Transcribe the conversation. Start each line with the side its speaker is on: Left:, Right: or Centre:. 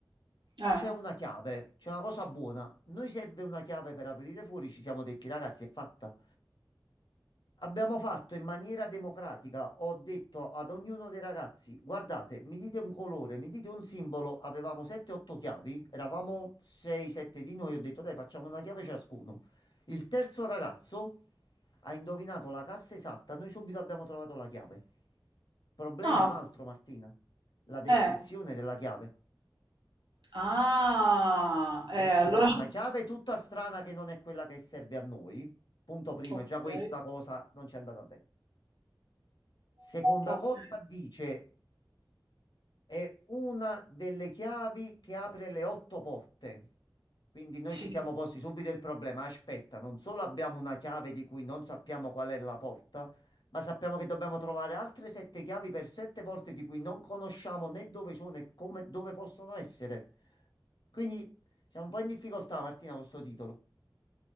Right: eh,
Left: c'è una chiave, c'è una cosa buona. Noi serve una chiave per aprire fuori, ci siamo detti, ragazzi, è fatta. Abbiamo fatto in maniera democratica, ho detto ad ognuno dei ragazzi, guardate, mi dite un colore, mi dite un simbolo, avevamo 7-8 chiavi, eravamo 6-7 di noi, ho detto dai facciamo una chiave ciascuno. Il terzo ragazzo ha indovinato la cassa esatta, noi subito abbiamo trovato la chiave. Il problema
Right: ah,
Left: è un altro, Martina, la descrizione
Right: eh.
Left: della chiave.
Right: Ah,
Left: È
Right: eh,
Left: uscita
Right: allora...
Left: una chiave tutta strana che non è quella che serve a noi. Punto primo,
Right: Ok,
Left: già questa cosa non ci è andata bene. Seconda
Right: ok,
Left: cosa, dice È una delle chiavi che apre le otto porte. Quindi noi
Right: sì,
Left: ci siamo posti subito il problema. Aspetta, non solo abbiamo una chiave di cui non sappiamo qual è la porta, ma sappiamo che dobbiamo trovare altre sette chiavi per sette porte di cui non conosciamo né dove sono e come, dove possono essere. Quindi siamo un po' in difficoltà, Martina, con questo titolo.